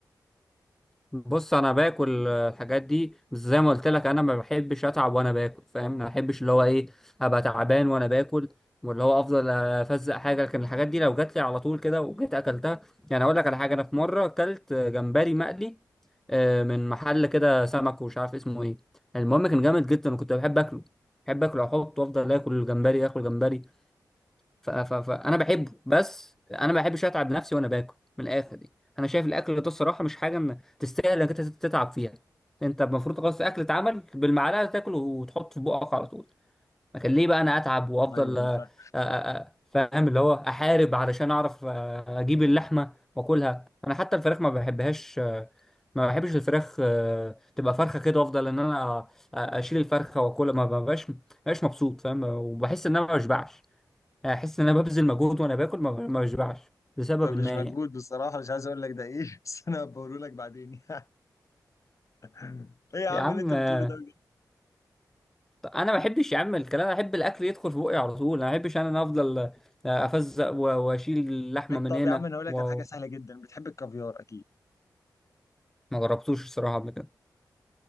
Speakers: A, in the centre; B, on the left (about 45°).
A: بص انا باكل الحاجات دي بس زي ما قلت لك انا ما بحبش اتعب وانا باكل فاهم ما بحبش اللي هو ايه ابقى تعبان وانا باكل واللي هو افضل افزق حاجه لكن الحاجات دي لو جات لي على طول كده وجيت اكلتها يعني اقول لك على حاجه انا في مره اكلت جمبري مقلي آه، من محل كده سمك ومش عارف اسمه ايه المهم كان جامد جدا وكنت بحب اكله بحب اكله احط وافضل اكل الجمبري اكل جمبري ف- ف- فانا بحبه بس انا ما بحبش اتعب نفسي وانا باكل من الاخر دي انا شايف الاكل ده الصراحه مش حاجه م- تستاهل انك انت تتعب فيها انت المفروض خلاص الاكل اتعمل بالمعلقه تاكله وتحط في بقك على طول لكن ليه بقى انا اتعب وافضل
B: ايوه
A: آه،
B: فاهم
A: آه، آه، فاهم اللي هو احارب علشان اعرف آه، اجيب اللحمه واكلها انا حتى الفراخ ما بحبهاش آه، ما بحبش الفراخ آه، تبقى فرخه كده وافضل ان انا آه، اشيل الفرخه واكلها ما ببقاش مبقاش مبسوط فاهم وبحس ان انا ما بشبعش احس ان انا ببذل مجهود وانا باكل ما ما بشبعش لسبب
B: ده مش
A: ما
B: مجهود
A: يعني
B: بصراحه مش عايز اقول لك ده ايه <laughs> بس انا بقوله لك بعدين يعني. <laughs> ايه يا عم
A: يا عم
B: اللي انت بتقوله
A: آه،
B: ده
A: طب انا ما بحبش يا عم الكلام انا احب الاكل يدخل في بقي على طول انا ما بحبش انا افضل آه، افزق و- واشيل اللحمه
B: بجد؟
A: من
B: طب
A: هنا
B: يا عم انا هقول لك
A: و...
B: على حاجة سهلة جدا بتحب الكافيار اكيد
A: ما جربتوش الصراحه قبل كده